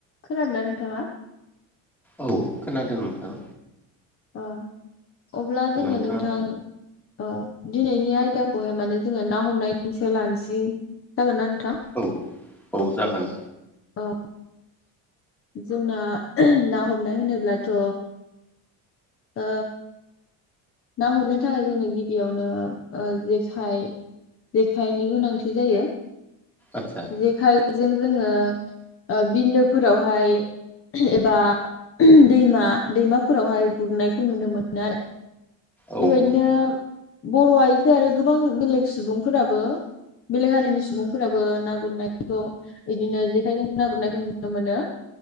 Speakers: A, on the left (about 35°); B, in the centre.
A: खोनादोंना नोंथाङा?
B: औ खोनादों नोंथां।
A: औ। अब्ला जोङो
B: नोंथाङा
A: नोंथां औ। दिनैनि आयदाखौहाय माने जोङो ना हमनायनिसो लानसै जागोनना नों
B: औ औ जागोन।
A: औ जोंना ना हमनाय होनोब्लाथ' ओ ना हमनो थाखाय जोंनो गिबियावनो ओ जेखाइ जेखाइनि गोनांथि जायो।
B: आदसा
A: जेखाइ बेजों जोङो ओ बिलोफोरावहाय एबा दैमा दैमाफोरावहाय गुरनायखौ नुनो मोनो आरो।
B: औ
A: बेबायदिनो
B: औ
A: बर' आइजो आरो गोबां बेलेग सुबुंफोराबो बेलेग हारिनि सुबुंफोराबो ना गुरनायखौ बिदिनो जेखाइजों ना गुरनायखौ नुनो मोनो।